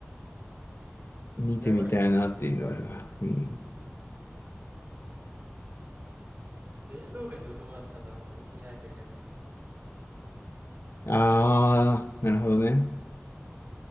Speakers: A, on the left (about 55°); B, on the right (about 35°).
A: 見てみたいなっていうのはあるわ。
B: にやばいよね。
A: うん。
B: ベートーベンとかどうだったんだろうちょっと気になるけどね。
A: あー、なるほどね。